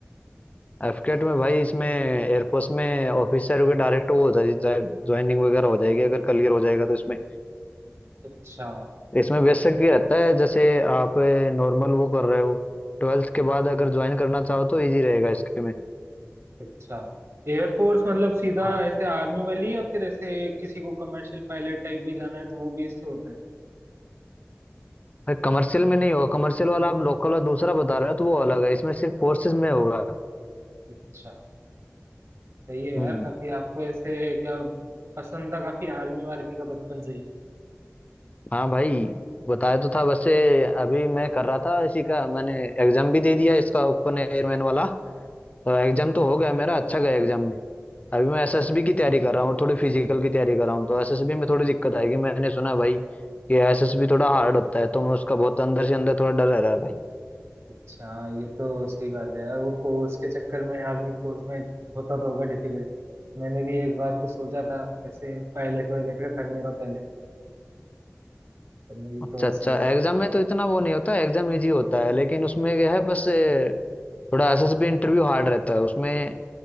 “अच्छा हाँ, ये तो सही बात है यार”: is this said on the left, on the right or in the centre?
Right